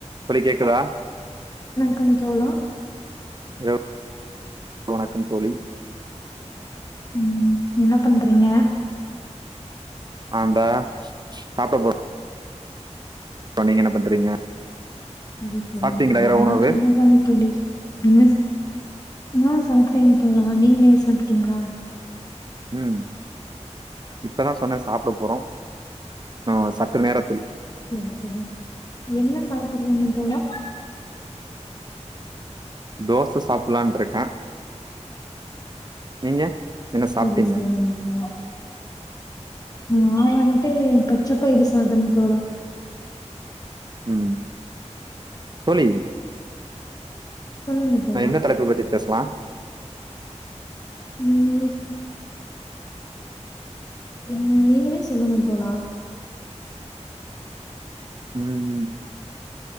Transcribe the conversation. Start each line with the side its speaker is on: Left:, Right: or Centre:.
Right: தோழி கேக்குதா
Left: கம் தோழா
Right: இரவு வணக்கம் தோழி
Left: ம் என்ன பண்றீங்க
Right: ஆ ந்தா சாப்ட போ ப நீங்க என்ன பண்றீங்க
Left: இது சொல்லுங்
Right: சாப்ட்டீங்களா
Left: தோழி
Right: இரவு
Left: நா
Right: உணவு
Left: சும்மாதாங் தோழி என்னஸ் நா சாப்டேங் தோழா நீங்க சாப்ட்டீங்ளா
Right: உம் இப்பதா சொன்னே சாப்ட போறோ ஆ சற்று நேரத்தில்
Left: சேரி செரி என்ன சாப்புர்றீங்க தோழா
Right: தோச சாப்புலான்ட்ருக்கே நீங்க என்ன
Left: செரி
Right: சாப்ட்டீங்க
Left: செரிங் தோழா நா வன்ட்டு பச்ச பயரு சாதம் தோழா
Right: உம் தோழி
Left: சொல்லுங்க தோழா
Right: நா எந்த தலைப்ப பத்தி பேசலா
Left: உம் உம் நீங்களே சொல்லுங்க தோழா
Right: உம்